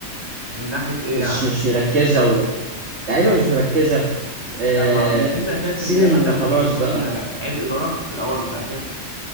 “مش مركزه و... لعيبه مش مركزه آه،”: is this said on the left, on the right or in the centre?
Right